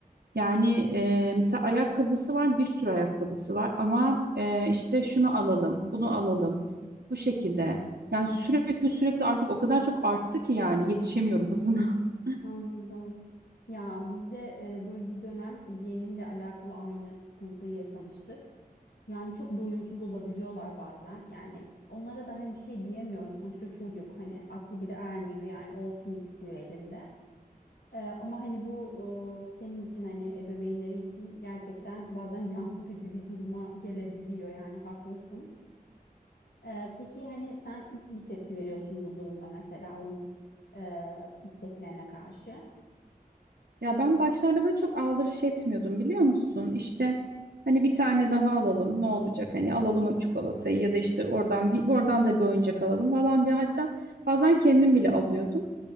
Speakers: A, on the right; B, on the left.
A: Yani e, mesela ayakkabısı var, bir sürü ayakkabısı var ama e, işte şunu alalım, bunu alalım, bu şekilde. Yani sürekli sürekli artık o kadar çok arttı ki yani yetişemiyorum hızına. <laughs>
B: Anladım. Ya biz de e, böyle bir dönem yeğenimle alakalı aynı sıkıntıyı yaşamıştık. Yani çok doyumsuz olabiliyorlar bazen. Yani onlara da hani bir şey diyemiyorum. Sonuçta çocuk hani aklı bile ermiyor yani olsun istiyor elinde. Ee, ama hani bu e, senin için hani ebeveynleri için gerçekten bazen can sıkıcı bir duruma gelebiliyor yani haklısın. Ee, peki hani sen nasıl bir tepki veriyorsun bu durumda mesela onun e, isteklerine karşı?
A: Ya ben başlarda böyle çok aldırış etmiyordum biliyor musun? İşte hani bir tane daha alalım ne olacak hani alalım o çikolatayı ya da işte oradan bir oradan da bir oyuncak alalım falan diye hatta bazen kendim bile alıyordum.